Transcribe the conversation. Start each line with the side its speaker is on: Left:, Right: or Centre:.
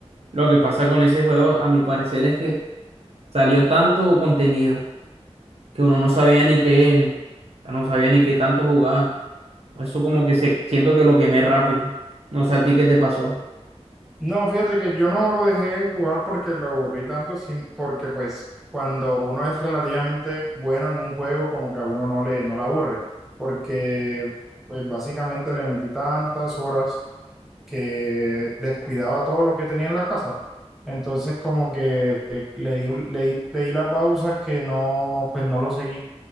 Right: lo que pasa con ese juego, a mi parecer, es que salió tanto contenido que uno no sabía ni qué, no sabía ni qué tanto jugaba. Eso como que se, siento que lo quemé rápido. No sé a ti qué te pasó.
Centre: No, fíjate que yo no lo dejé jugar porque lo aburrí tanto, sin, porque pues cuando uno es relativamente bueno en un juego, como que a uno no le, no le aburre, porque pues básicamente le metí tantas horas que descuidaba todo lo que tenía en la casa. Entonces como que eh, le di, un- le di, le di la pausa que no, pues no lo seguí